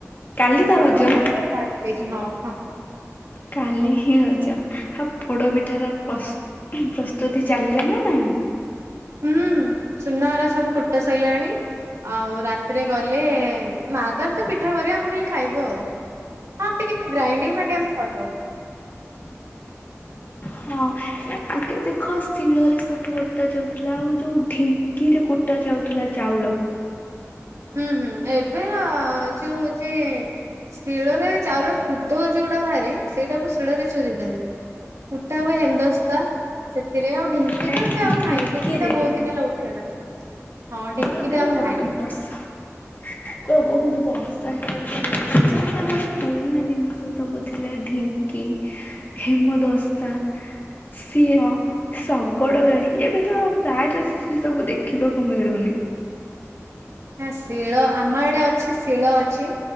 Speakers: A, on the left; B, on the right.
A: କାଲି ତ ରଜ
B: ପ୍ରୋଦତ
A: ନା?
B: କାଲି ହଁ ହଁ
A: କାଲି ହିଁ ରଜ ଆଉ ପୋଡ ପିଠାର ପ୍ର ପ୍ରସ୍ତୁତି ଚାଲିଲା ନା ନାଇଁ?
B: ହୁଁ ଚୁନାହାରା ସବୁ କୁଟା ସରିଲାଣି ଆଉ ରାତିରେ ଗଲେ ମା ତାର ତ ପିଠା କରିବା ଆମେ ଖାଲି ଖାଇଵୁ ଆଉ। ହଁ ଟିକେ ଗ୍ରାଇଦିଂ ଫୋଟୋ
A: ହଁ ନା ଆଗେ ଦେଖ ଶିଳରେ ସବୁ ବଟା ଯାଉଥିଲା ଆଉ ଯୋଉ ଢିଙ୍କିରେ କୁଟା ଯାଉଥିଲା ଚାଉଳ
B: ହୁଁ ହୁଁ ଏବେ ଯୋଉ ହଉଛି ଶିଳରେ ଚାଉଳ କୁଦ ଯୋଉଟା ବାହାରେ ସେଇଟାକୁ ଶିଳରେ ଚୁରି ଦିଅନ୍ତି କୁଟା ହୁଏ ହେମଦସ୍ତା ସେଥିରେ ଆଉ ଢିଙ୍କି
A: ନାଇଁ
B: ତ ଏବେ
A: ଢିଙ୍କିରେ
B: ଆଉ ନାଇଁ ଢିଙ୍କି ଟା ବହୁତ ଦିନ ହେଲା ଉଠି ଉଠିଗଲା ହଁ ଢିଙ୍କି।
A: ବହୁତୁ
B: ଟା ଆଉ ନାହିଁ।
A: ବର୍ଷ ତ ବୋହୁତ ବର୍ଷା ହେଲା ଯେ ଆମର ପୁରୁଣା ଜିନିଷ ସବୁ ଥିଲା ଢିଙ୍କି ହେମଦସ୍ତା ସିଅ ଶଗଡ ଗାଡି, ଏବେ ତ ପ୍ରାୟତଃ ସେ ସବୁ ଦେଖିବାକୁ ମିଳୁନି।
B: ନା ଶିଳ ଆମ ଆଡେ ଅଛି ଶିଳ ଅଛି